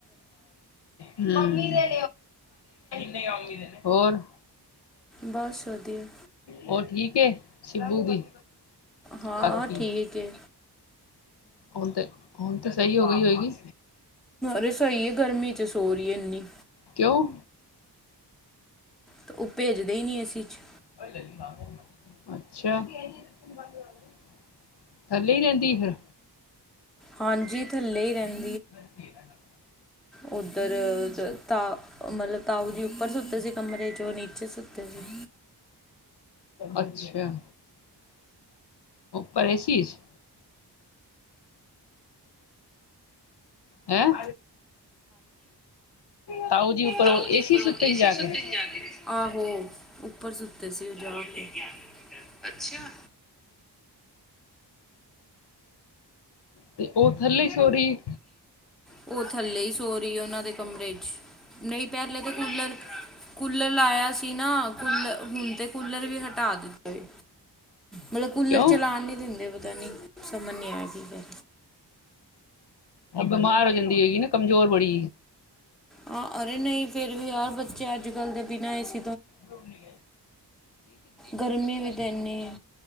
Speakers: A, on the left (about 70°); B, in the centre.
A: ਮੰਮੀ ਦੇ ਲੇਯਾ ਹੋਰ
B: ਬਸ ਵਧੀਆ
A: ਹੋ ਠੀਕ ਏ, ਸਿੱਧੂ ਦੀ
B: ਹਾਂ,
A: ਕਾਕੀ
B: ਠੀਕ ਏ।
A: ਹੁਣ ਤਾਂ ਹੁਣ ਤਾਂ ਸਹੀ ਹੋ ਗਈ ਹੋਏਗੀ
B: ਰਸੋਈ ਹੈ, ਗਰਮੀ ਚ ਸੋ ਰਹੀ ਹੈ ਇੰਨੀ
A: ਕਿਓਂ
B: ਤੇ ਔਹ ਭੇਜਦੇ ਹੀ ਨਹੀਂ ਅਸੀ ਚ
A: ਅੱਛਾ ਥੱਲੇ ਹੀ ਰਹਿੰਦੀ ਫਿਰ
B: ਹਾਂਜੀ ਥੱਲੇ ਹੀ ਰਹਿੰਦੇ
A: ਵਰਤੀ <inaudible>
B: ਉੱਧਰ, ਤਾ ਉਹ ਮਤਲਬ ਤਾਊ ਜੀ ਉੱਪਰ ਸੁੱਤੇ ਸੀ ਕਮਰੇ ਚ, ਔ ਨੀਚੇ ਸੁੱਤੇ ਸੀ।
A: ਅੱਛਾ ਪਰ ਏ ਸੀ ਚ ਹੈਂ ਤਾਉ ਜੀ
B: ਤਾਓ ਜੀ
A: ਏਸੀ
B: ਉੱਪਰ
A: ਸੁੱਤੇ
B: ਏ
A: ਜਾ
B: ਸੀ ਸੁੱਤੇ
A: ਕੇ
B: ਸੀ, ਜਾ ਕੇ, ਆਹੋ ਉੱਪਰ ਸੁੱਤੇ ਸੀ, ਔ ਜਾ ਕੇ, ਅੱਛਾ
A: ਤੇ ਔ ਥੱਲੇ ਹੀ ਸੋ ਰਹੀ
B: ਉਹ ਥੱਲੇ ਹੀ ਸੋਹ ਰਹੀ ਐ, ਉਹਨਾਂ ਦੇ ਕਮਰੇ ਚ, ਨਹੀਂ ਪੈਲੇ ਤੇ ਕੂਲਰ ਕੂਲਰ ਲਾਇਆ ਸੀ ਨਾ, ਕੂਲ ਹੁਣ ਤੇ ਕੂਲਰ ਵੀ ਹਟਾ ਦਿੱਤੇ। ਮਤਲਬ ਕੂਲਰ
A: ਕਿਉਂ
B: ਚਲਾਉਣ ਨੀ ਦਿੰਦੇ ਪਤਾ ਨੀ, ਸਮਝ ਨੀ ਆਇਆ ਕੀ ਕਰ
A: ਬਿਮਾਰ ਹੋ ਜਾਂਦੀ ਹੈਗੀ ਨਾ, ਕਮਜ਼ੋਰ ਬੜੀ
B: ਹਾਂ ਅਰੇ ਨਹੀਂ ਫੇਰ ਵੀ, ਯਾਰ ਬੱਚੇ ਅੱਜ ਕੱਲ ਦੇ ਬਿਨਾਂ ਇਸ
A: ਰੂ ਨ ਗ
B: ਗਰਮੀ ਵੀ ਤੇ ਇਨੀ,